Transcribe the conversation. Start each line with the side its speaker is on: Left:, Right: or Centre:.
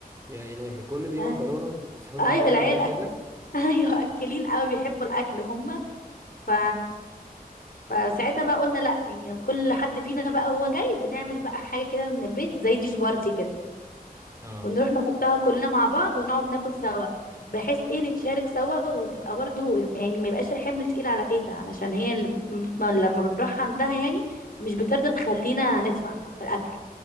Right: يا الهي كل دي
Left: آه.
Right: مكرونه انت بتحب المكرونه
Left: اي العيال
Right: قوي كده
Left: أك... <laughs> ايوه اكلين قوي بيحبوا الاكل هم ف فساعتها بقى قلنا لا يعني كل حد فينا بقى هو جاي بنعمل بقى حاجة كده من البيت زي ديش بارتي كده
Right: اه
Left: ونروح نحطها كلنا مع بعض ونقعد ناكل سوا بحيث ايه نتشارك سوا وتبقى برضه يعني ما يبقاش الحمل تقيل على تيتا علشان هي اللي م- لما بنروح عندها يعني مش بترضى تخلينا ندفع في الأكل